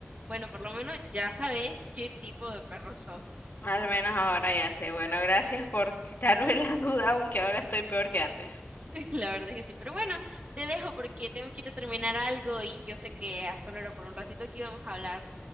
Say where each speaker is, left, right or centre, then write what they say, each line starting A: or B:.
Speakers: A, on the right; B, on the left.
A: Bueno, por lo menos ya sabes qué tipo de perro sos.
B: Al menos ahora ya sé. Bueno, gracias por quitarme <laughs> la duda, aunque ahora estoy peor que antes.
A: <laughs> La verdad es que sí. Pero bueno, te dejo porque tengo que ir a terminar algo y yo sé que a solo era por un ratito que íbamos a hablar.